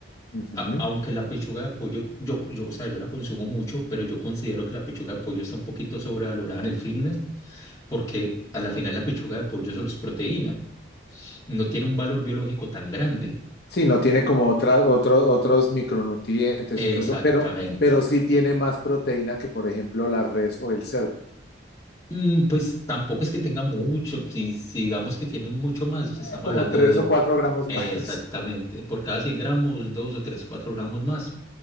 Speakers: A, on the left (about 55°); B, on the left (about 20°).
A: Ujú.
B: A- aunque la pechuga de pollo, yo, yo, o sea, yo la consumo mucho, pero yo considero que la pechuga de pollo está un poquito sobrevalorada en el fitness porque a la final la pechuga de pollo solo es proteína. No tiene un valor biológico tan grande.
A: Sí, no tiene como otra, otro- otros micronutrientes
B: Exactamente.
A: y todo eso, pero, pero sí tiene más proteína que, por ejemplo, la res o el cerdo.
B: Mm, Pues tampoco es que tenga mucho, si, si digamos que tienen mucho más, pues,
A: Eh,
B: estamos
A: Como
B: hablando
A: tres
B: de
A: o cuatro gramos
B: eh,
A: más.
B: exactamente por cada 100 gramos, 2 o 3 4 gramos más.